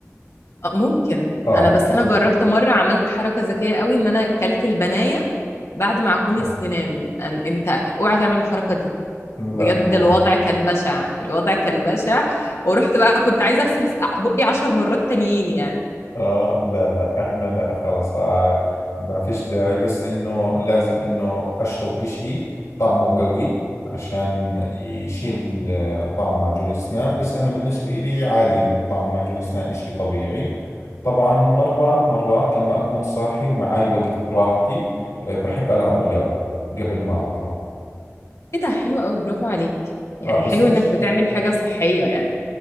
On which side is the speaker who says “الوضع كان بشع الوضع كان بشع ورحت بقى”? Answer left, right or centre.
Left